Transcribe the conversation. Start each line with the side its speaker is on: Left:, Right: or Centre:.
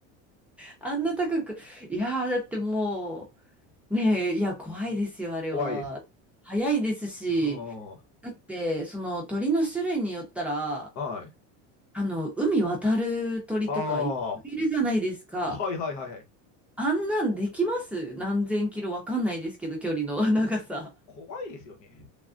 Centre: あんな高く。いやー、だってもう、ねえ、いや、怖いですよ、あれは。
Left: 怖いです。
Centre: 早いですし、
Left: は
Centre: だって、その鳥の種類によったら、
Left: あ。はい。
Centre: あの、海渡る鳥とかいっぱいいるじゃないですか。
Left: ああ。はいはいはいはい。
Centre: あんなんできます何千キロわかんないですけど、
Left: こうん
Centre: 距離の <laughs> 長さ。
Left: 怖いですよね。